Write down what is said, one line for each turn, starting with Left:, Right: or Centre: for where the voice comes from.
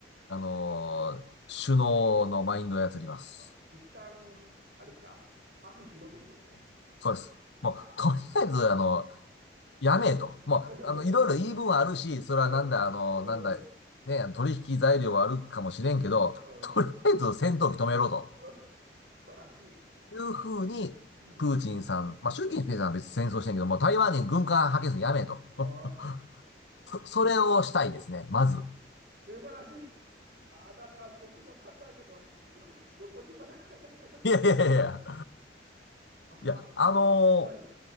Left: あのー首脳のマインドを操ります。
Right: あーあー一旦、あれですか握手しろということですね。
Left: そうです。
Right: ああ。
Left: もう、とりあえず、あの、やめえと。もう、
Right: <laughs>
Left: あの、いろいろ言い分はあるし、それはなんだ、
Right: うんうん
Left: あの、なんだ、ね、取引材料はあるかもしれんけど、
Right: うん
Left: とりあえず戦闘機止めろと
Right: <laughs> あ素晴らしい。
Left: いうふうに、
Right: うん。
Left: プーチンさん、まあ、習近平さんは別に戦争してんけど、もう台湾に軍艦派遣するのやめえと。
Right: ああ
Left: <laughs> そそれをしたいですね、まず。
Right: 素晴らしい。あなんか僕が考えたのは、<laughs> 横芝な考え方とは全然違う。
Left: いやいやいやいや。
Right: ああ、
Left: いや、
Right: どうしたら。
Left: あのー
Right: はい。